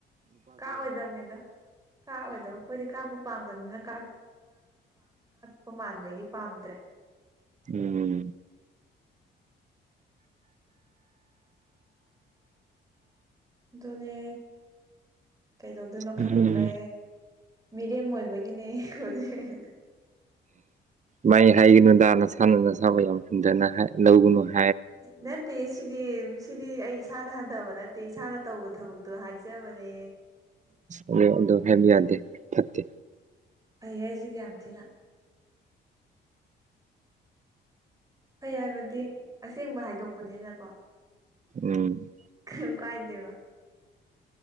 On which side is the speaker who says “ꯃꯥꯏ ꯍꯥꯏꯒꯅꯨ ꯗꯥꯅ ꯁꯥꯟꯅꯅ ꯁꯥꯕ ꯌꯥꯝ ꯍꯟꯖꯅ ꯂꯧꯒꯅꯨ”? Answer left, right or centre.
Right